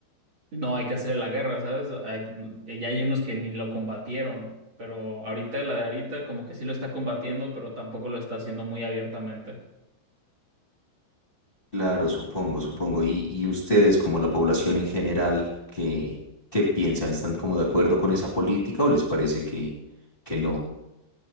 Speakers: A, on the right; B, on the left.
A: no hay que hacerle la guerra, ¿sabes? Hay- y ya hay unos que ni lo combatieron, pero ahorita la de ahorita como que sí lo está combatiendo, pero tampoco lo está haciendo muy abiertamente.
B: Claro, supongo, supongo. Y, y ustedes, como la población en general, ¿qué, qué piensan? ¿Están como de acuerdo con esa política o les parece que, que no?